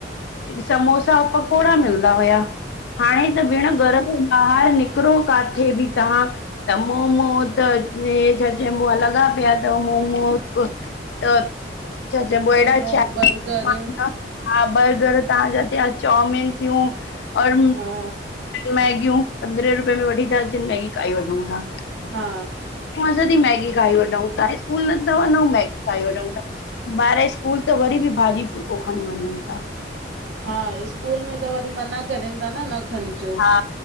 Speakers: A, on the left; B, on the right.
A: समोसा औ पकोड़ा मिलदा हुया। हाणे त भेण घर खां ॿाहिर निकिर काथे बि त मोमो त छा चइबो लॻा पिया मोमो <unintelligible>
B: मोमो बर्गर
A: हा बर्गर तव्हांजा थिया, चौमिन थियूं और
B: हा
A: मैगियूं, पंद्रहें रुपये में वठी था अचनि मैगी खाई वठंऊं था।
B: हा
A: तादी मैगी खाई वठंऊ ता, स्कूल नंदा न हू मैगी खाई वठऊं था। ॿार स्कूल त वरी बि भाॼी फुलको खणी वञंनि था।
B: हा स्कूल में त वरी मना करेन ता न, न खणी अचो।
A: हा